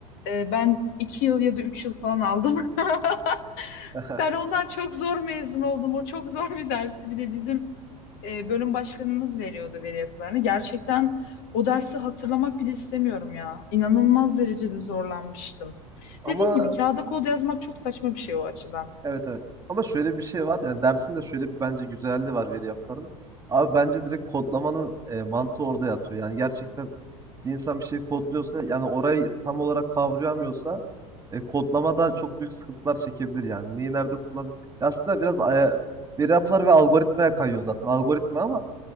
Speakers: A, on the left; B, on the right.
A: e, ben iki yıl ya da üç yıl falan aldım. <laughs>
B: <laughs>
A: Ben ondan çok zor mezun oldum. O çok zor bir dersi. Bir de bizim e, bölüm başkanımız veriyordu veri yapılarını. Gerçekten o dersi hatırlamak bile istemiyorum ya. İnanılmaz derecede zorlanmıştım.
B: Ama
A: Dediğim gibi kağıda kod yazmak çok saçma bir şey o açıdan.
B: Evet evet. Ama şöyle bir şey var. Yani dersin de şöyle bir bence güzelliği var veri yapıların. Abi bence direkt kodlamanın e, mantığı orada yatıyor. Yani gerçekten bir insan bir şey kodluyorsa yani orayı tam olarak kavrayamıyorsa e, kodlamada çok büyük sıkıntılar çekebilir yani. Neyi nerede kullanır? Ya Aslında biraz aya, veri yapılar ve algoritmaya kayıyor zaten. Algoritma ama